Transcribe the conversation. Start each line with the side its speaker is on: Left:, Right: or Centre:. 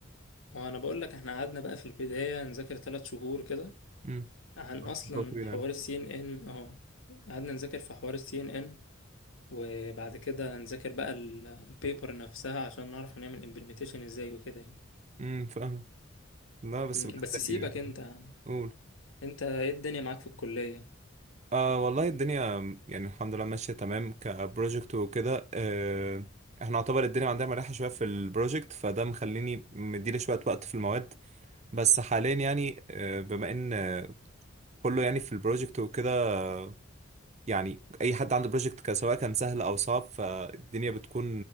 Left: وانا بقول لك احنا قعدنا بقى في البدايه نذاكر ثلاث شهور كده
Right: امم
Left: عن
Right: خطوة
Left: اصلا
Right: طويلة
Left: حوار
Right: يعني
Left: السي ان ان اه قعدنا نذاكر في حوار السي ان ان وبعد كده نذاكر بقى البيبر نفسها عشان نعرف هنعمل امبلمنتيشن ازاي وكده يعني
Right: امم فاهم لا بس
Left: مم،
Right: بجد
Left: بس سيبك
Right: يعني
Left: انت يا عم.
Right: قول
Left: انت ايه الدنيا معاك في الكلية
Right: آه والله الدنيا يعني الحمد لله ماشية تمام كبروجكت وكده آه احنا يعتبر الدنيا عندنا مريحة شوية في البروجكت فده مخليني مديلي شوية وقت في المواد بس حاليا يعني آه بما ان آه، كله يعني في البروجكت وكده آه، يعني اي حد عنده بروجكت سواء كان سهل او صعب فالدنيا بتكون